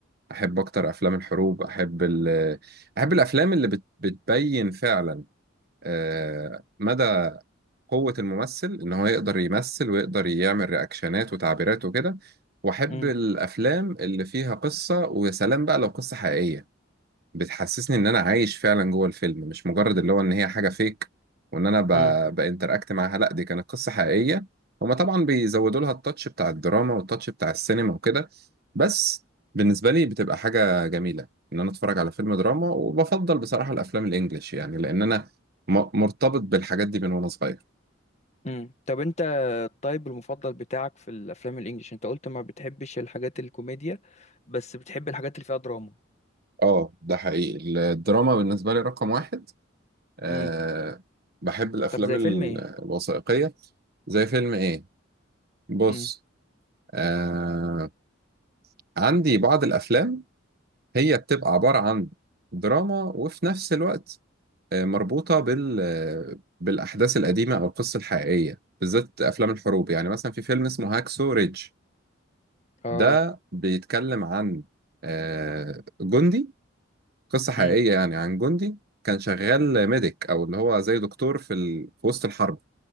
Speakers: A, on the right; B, on the left.
A: احب اكتر افلام الحروب احب ال... احب الافلام اللي بت... بتبين فعلا آه، مدى قوة الممثل ان هو يقدر يمثل ويقدر يعمل رياكشنات وتعبيرات وكده واحب
B: امم
A: الافلام اللي فيها قصة ويا سلام بقى لو قصة حقيقية بتحسسني ان انا عايش فعلا جوه الفيلم مش مجرد اللي هو ان هي حاجه فيك وان انا ب...
B: امم
A: بانتراكت معاها لا دي كانت قصه حقيقيه هما طبعا بيزودوا لها التاتش بتاع الدراما والتاتش بتاع السينما وكده بس بالنسبه لي بتبقى حاجه جميله ان انا اتفرج على فيلم دراما وبفضل بصراحه الافلام الانجليش يعني لان انا م... مرتبط بالحاجات دي من وانا صغير
B: امم طب انت الطيب المفضل بتاعك في الأفلام الإنجليش انت قلت ما بتحبش الحاجات الكوميديا بس بتحب الحاجات اللي فيها دراما
A: اه ده حقيقي الدراما بالنسبه لي رقم واحد أه
B: امم
A: بحب الافلام
B: طب زي
A: ال-
B: فيلم ايه
A: الوثائقيه زي فيلم ايه بص
B: امم
A: آه عندي بعض الأفلام هي بتبقى عبارة عن دراما وفي نفس الوقت آه مربوطة بال آه، بالأحداث القديمة أو القصة الحقيقية بالذات أفلام الحروب يعني مثلا في فيلم اسمه هاكسو ريدج
B: اه
A: ده بيتكلم عن آه جندي قصة حقيقية
B: امم
A: يعني عن جندي كان شغال ميديك أو اللي هو زي دكتور في, ال... في وسط الحرب